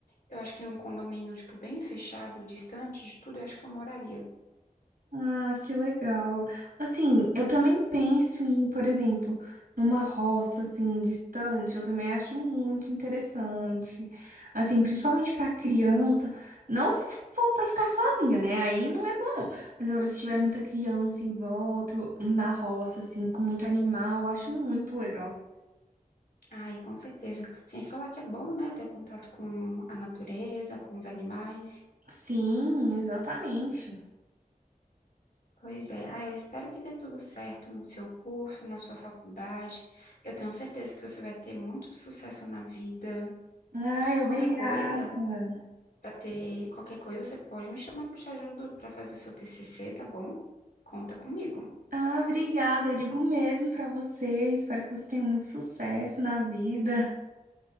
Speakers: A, on the left; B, on the right.
A: eu acho que em um condomínio, tipo, bem fechado, distante de tudo, eu acho que eu moraria.
B: Ah, que legal. Assim, eu também penso em, por exemplo, numa roça assim distante, eu também acho muito interessante. Assim, principalmente pra criança, não se f- for pra ficar sozinha, né? Aí não é bom não. Mas agora se tiver muita criança em volta, eu- na roça assim, com muito animal, eu acho muito legal.
A: Ai, com certeza. Sem falar que é bom, né, ter contato com a natureza, com os animais.
B: Sim, exatamente.
A: Pois é. Ah, eu espero que dê tudo certo no seu curso, na sua faculdade. Eu tenho certeza que você vai ter muito sucesso na vida.
B: Ai, obrigada.
A: Qualquer coisa, Pra ter qualquer coisa, você pode me chamar que eu te ajudo pra fazer seu TCC, tá bom? Conta comigo.
B: Ah, obrigada. Eu digo o mesmo pra você. Espero que você tenha muito sucesso na vida.